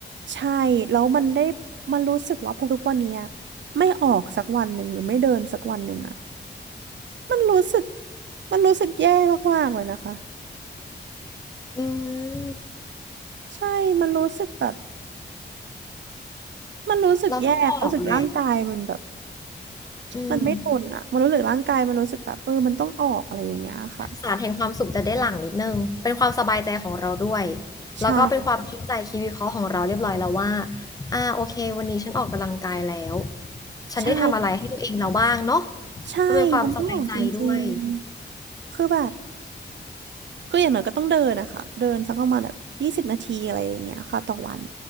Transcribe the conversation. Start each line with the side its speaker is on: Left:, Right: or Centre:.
Right: ใช่แล้วมันได้มันรู้สึกว่าพอทุกวันเนี้ยไม่ออกสักวันหนึ่งหรือไม่เดินสักวันหนึ่งอะมันรู้สึกมันรู้สึกแย่มากๆเลยนะคะ
Left: อืม
Right: ใช่มันรู้สึกแบบมันรู้สึกแย่รู้สึกร่างกายมันแบบ
Left: เราต้องออกแหละอืม
Right: มันไม่ทนอ่ะมันรู้สึกร่างกายมันรู้สึกแบบเออมันต้องออกอะไรอย่างเงี้ยค่ะ
Left: สารแห่งความสุขจะได้หลั่งนิดนึงเป็นความสบายใจของเราด้วย
Right: ใช่
Left: แล้วก็เป็นความเข้าใจคิดวิเคราะห์ของเราเรียบร้อยแล้วว่าอ่าโอเควันนี้ฉันออกกำลังกายแล้วฉันได้ทำอะไรให้ตัวเองเราบ้างเนาะ
Right: ใช่ใช่มันต้องออกจริง
Left: มันเป็นความสบายใจด้วย
Right: ๆคือแบบคืออย่างน้อยก็ต้องเดินนะคะเดินสักประมาณแบบยี่สิบนาทีอะไรอย่างเงี้ยค่ะต่อวัน